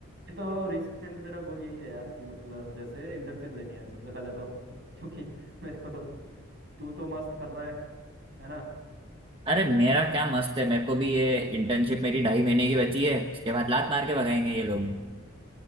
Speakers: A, on the right (about 50°); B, on the right (about 25°).
A: ये तो रिसेंट मेरा गोल यही है यार कि मतलब जैसे इंटर्नशिप लेनी है सबसे पहले तो <laughs> क्योंकि मेरे को तो तू तो मस्त कर रहा है है ना
B: अरे मेरा क्या मस्त है मेरे को भी ये इंटर्नशिप मेरी ढाई महीने की बची है उसके बाद लात मार के भगाएंगे
A: हम्म।
B: ये लोग